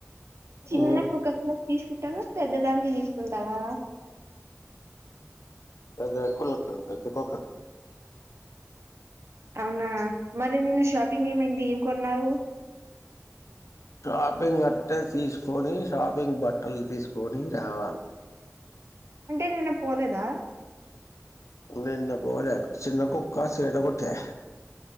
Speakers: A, on the right; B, on the left.
A: చిన్న
B: మ్మ్
A: కుక్కపిల తీసుకుంటవా పెద్దదానికి తీసుకుంటావా
B: అదే కొల్లకు అద్ద కొక్క
A: అవునా మరి నిన్న షాపింగ్ ఏమైంది ఏం కొన్నావు
B: షాపింగ్ అట్టే తీసుకొని షాపింగ్ బట్టలు తీసుకొని రావాల్
A: అంటే నిేన్న పోలేదా
B: నిన్న బోలా సిన్నా కుక్కా సేత కొట్టే